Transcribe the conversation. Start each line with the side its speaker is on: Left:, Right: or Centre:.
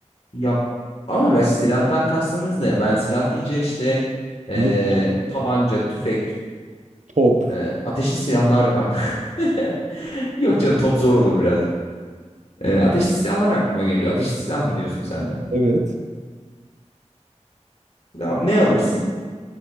Left: Ya ama ben silahtan kastımız ne? Ben silah deyince işte e,
Right: Minyon,
Left: tabanca, tüfek,
Right: Top.
Left: e, ateşli silahlar <laughs> Yok canım top zor olur biraz. E, ateşli silahlar aklıma geliyor. Ateşli silah mı diyorsun sen de?
Right: Evet.
Left: Ya ne alırsın?